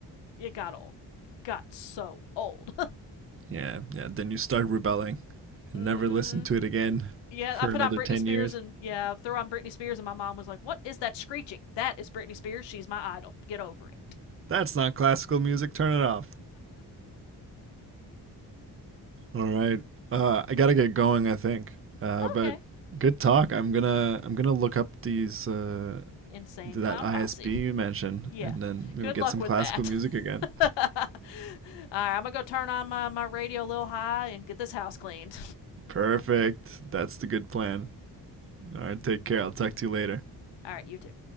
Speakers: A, on the left; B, on the right.
A: it got old. Got so old.
B: Yeah. Yeah. Then you start rebelling
A: <laughs>
B: and
A: mm
B: never listen
A: hmm.
B: to it again
A: Yeah,
B: for
A: I put
B: another
A: on Britney
B: 10
A: Spears
B: years.
A: and yeah, throw on Britney Spears and my mom was like, "What is that screeching? That is Britney Spears. She's my idol. Get over it."
B: That's not classical music. Turn it off. All right. Uh, I got to get going, I think. Uh, but
A: Okay.
B: good talk. I'm going to I'm going to look up these uh,
A: Insane
B: that
A: Clown
B: ISB
A: Posse.
B: you mentioned
A: Yeah.
B: and then maybe
A: Good
B: get
A: luck
B: some
A: with
B: classical
A: that.
B: music again.
A: <laughs> All right, I'm gonna go turn on my, my radio a little high and get this house cleaned.
B: Perfect. That's the good plan. All right. Take care. I'll talk to you later.
A: <laughs> All right, you too.